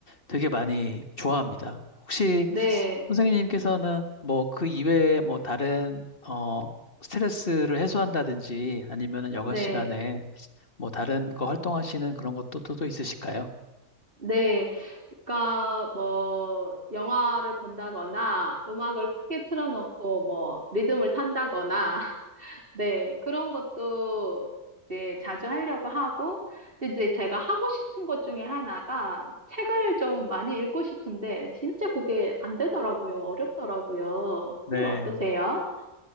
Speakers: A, on the left; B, on the right.
A: 되게 많이 좋아합니다. 혹시
B: 네,
A: 선생님께서는 뭐 그 이외에 뭐 다른 어 스트레스를 해소한다든지 아니면은 여가
B: 네,
A: 시간에 뭐 다른 거 활동하시는 그런 것도 또, 또 있으실까요?
B: 네. 그러니까 뭐 영화를 본다거나 음악을 크게 틀어놓고 뭐 리듬을 탄다거나 <laughs> 네, 그런 것도 이제 자주 하려고 하고 근데 이제 제가 하고 싶은 것 중에 하나가 책을 좀 많이 읽고 싶은데 진짜 그게 안 되더라고요. 어렵더라고요.
A: 네.
B: 선생님 어떠세요?